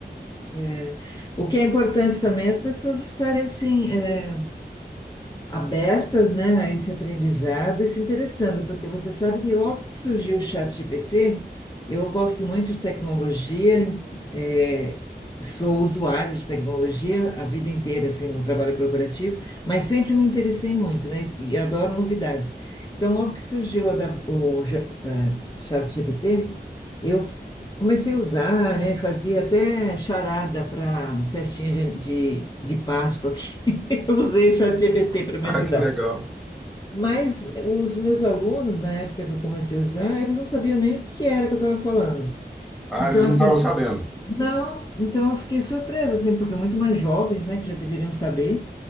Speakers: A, on the left; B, in the centre.
A: É. O que é importante também é as pessoas estarem assim. é, abertas, né, a esse aprendizado e se interessando, porque você sabe que logo que surgiu o ChatGPT, eu gosto muito de tecnologia, é, sou usuário de tecnologia a vida inteira, assim, no trabalho corporativo, mas sempre me interessei muito, né, e adoro novidades. Então, logo que surgiu a da- o, G- é, ChatGPT, eu f- comecei a usar, né, fazia até charada para festinha de, de, de Páscoa aqui eu usei o ChatGPT para me
B: Ah,
A: ajudar.
B: que legal.
A: Mas os meus alunos, na época que eu comecei a usar, eles não sabiam nem o que era que eu estava falando.
B: Ah,
A: Então,
B: eles
A: assim,
B: não estavam sabendo.
A: não, então eu fiquei surpresa, assim, porque muito mais jovens, né, que já deveriam saber